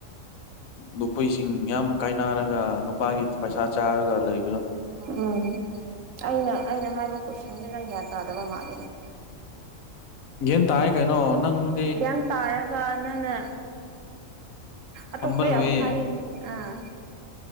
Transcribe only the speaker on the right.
ꯎꯝ ꯑꯩꯅ ꯑꯩꯅ ꯍꯥꯏꯕ ꯀꯣꯏꯁꯟꯁꯤ ꯅꯪ ꯒ꯭ꯌꯥꯟ ꯇꯥꯗꯕ ꯃꯥꯜꯂꯤꯅꯦ
ꯒ꯭ꯌꯥꯟ ꯇꯥꯔꯒ ꯅꯪꯅ ꯑꯇꯣꯞꯄ
ꯌꯥꯝ
ꯍꯥꯏꯌꯦꯅꯦ ꯑꯥ